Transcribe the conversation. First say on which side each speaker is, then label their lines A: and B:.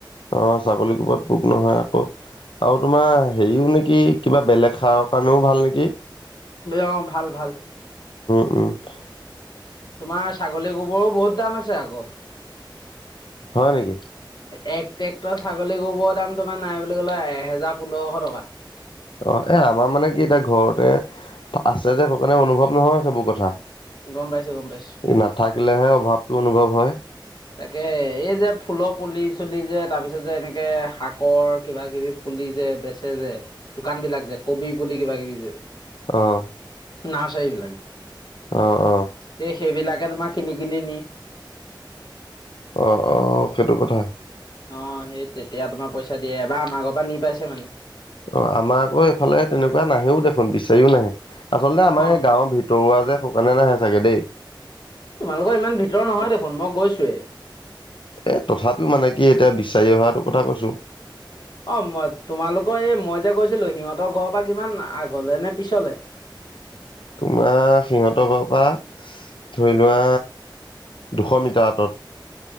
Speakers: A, on the left; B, on the left.
A: অ ছাগলী কোবাত পোক নহয় আকৌ আৰু তোমাৰ হেৰিও নেকি কিবা বেলেগ সাৰৰ কাৰণেও ভাল নেকি?
B: অ ভাল-ভাল।
A: <inaudible>
B: তোমাৰ ছাগলী গোবৰো বহুত দাম আছে আকৌ।
A: হয় নেকি?
B: এক ট্ৰেক্টৰ ছাগলী গোবৰ দাম তোমাৰ নাই বুলি ক'লে এহেজাৰ পোন্ধৰশ টকা।
A: অ, এ আমাৰ মানে কি এতিয়া ঘৰতে আছে যে সকাৰণে অনুভৱ নহয় সেইবোৰ কথা।
B: গম পাইছোঁ গম পাইছোঁ।
A: এই নাথাকিলেহে অভাৱটো অনুভৱ হয়।
B: তাকে, এই যে ফুলৰ পুলি-চুলি যে তাৰ পিছত যে এনেকে শাকৰ কিবা-কিবি পুলি যে বেচে যে, দোকান বিলাক যে, কবি পুলি কিবা-কিবি যে।
A: আহ।
B: নাচ আহিব
A: অ, অ।
B: স সেইবিলাকে তোমাৰ কিনি কিনি নি
A: অ, অ' সেইটো কথা।
B: অ, সেই তেতিয়া তোমাৰ পইচা দিয়ে এবাৰ আমাৰ ঘৰ পৰা নি পাইছে মানে।
A: অ, আমাৰ আকৌ এইফালে তেনেকুৱা নাহেও দেখোন বিচাৰিও নাহে। আচলতে আমাৰ
B: অঁ
A: এই গাঁৱৰ ভিতৰুৱা যে শুকানে নাহে চাগে দেই।
B: তোমালোকৰ ইমান ভিতৰ নহয় দেখোন মই গৈছোৱে।
A: এ তথাপিও মানে কি এতিয়া বিচাৰি অহাটো কথা কৈছো।
B: অ, মই তোমালোকৰ এই মই যে কৈছিলো সিহঁতৰ ঘৰৰ পৰা কিমান আগলে নে পিছলে?
A: তোমাৰ সিহঁতৰ ঘৰৰ পৰা ধৰি লোৱা দুশ মিটাৰ আঁতত।